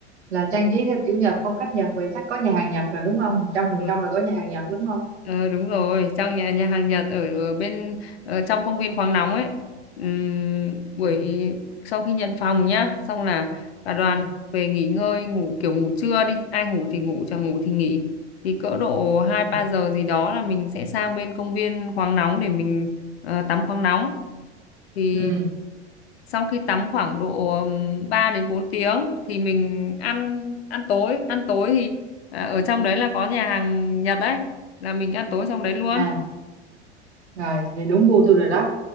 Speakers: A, on the right (about 70°); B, on the left (about 65°).
A: là trang trí theo kiểu Nhật, phong cách Nhật vậy chắc có nhà hàng Nhật rồi đúng không? một trăm phần
B: ờ,
A: trăm là có nhà hàng Nhật đúng không?
B: ờ, đúng rồi trong nhà nhà hàng Nhật ở, ở bên ở trong công viên khoáng nóng ấy ừm, buổi
A: Ừ,
B: sau khi nhận phòng nhá xong là cả đoàn
A: ừ,
B: về nghỉ ngơi ngủ kiểu ngủ trưa đi ai ngủ thì ngủ chẳng ngủ thì nghỉ thì cỡ độ hai
A: ừ,
B: ba giờ gì đó là mình sẽ sang bên công viên khoáng nóng để mình ờ, tắm khoáng nóng thì
A: ừ.
B: sau khi tắm khoảng độ ừm, 3 đến 4 tiếng thì mình ăn ăn tối ăn tối thì à, ở trong đấy là có nhà hàng Nhật đấy là mình ăn tối trong đấy luôn
A: À, rồi, vậy đúng gu tôi rồi đó.